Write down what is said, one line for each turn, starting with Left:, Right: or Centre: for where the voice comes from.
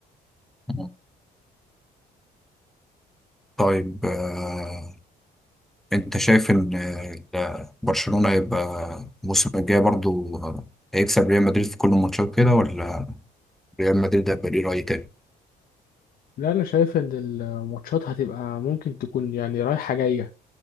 Centre: مم. طيب آه، انت شايف ان آه، برشلونة هيبقى الموسم الجاي برضو آه، هيكسب ريال مدريد في كل الماتشات كده ولا ريال مدريد هيبقى ليه رأي تاني
Left: لا انا شايف ان الماتشات هتبقى ممكن تكون يعني رايحة جاية